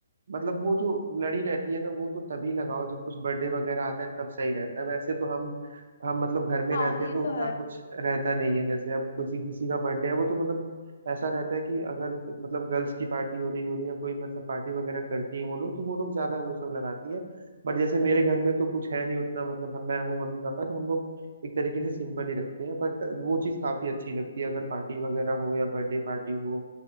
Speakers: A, on the right; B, on the left.
A: मतलब वो जो लड़ी रहती है ना वो तो तभी लगाओ जब कुछ बर्थडे वगैरह आता है तब सही रहता है वैसे तो हम हम मतलब घर में
B: हाँ
A: रहते
B: ये
A: हैं तो उतना
B: तो है
A: कुछ रहता नहीं है जैसे अब किसी किसी का बर्थडे है वो तो मतलब ऐसा रहता है कि अगर मतलब गर्ल्स की पार्टी हो रही होती है या कोई मतलब पार्टी वगैरह करती है वो लोग तो वो लोग ज्यादा वो सब लगाती है बट जैसे मेरे घर में तो कुछ है नहीं उतना मतलब हम मैं हूँ मम्मी पापा तो हम लोग एक तरीके से सिंपल ही रखते हैं बट वो चीज़ काफी अच्छी लगती है अगर पार्टी वगैरह हो या बर्थडे पार्टी हो